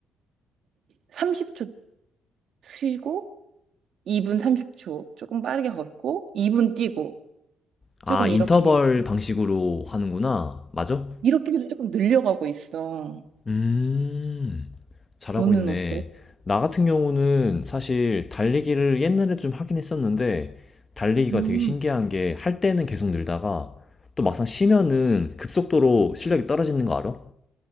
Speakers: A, on the right (about 65°); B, on the left (about 30°).
A: 30초 쉬고 2분 30초 조금 빠르게 걷고 2분 뛰고
B: 아,
A: 조금
B: 인터벌
A: 이렇게
B: 방식으로 하는구나. 맞아?
A: 이렇게 조금 늘려가고 있어.
B: 음, 잘하고
A: 너는
B: 있네.
A: 어때?
B: 나 같은 경우는 사실 달리기를 옛날에 좀 하긴 했었는데, 달리기가
A: 음.
B: 되게 신기한 게, 할 때는 계속 늘다가, 또 막상 쉬면은 급속도로 실력이 떨어지는 거 알아?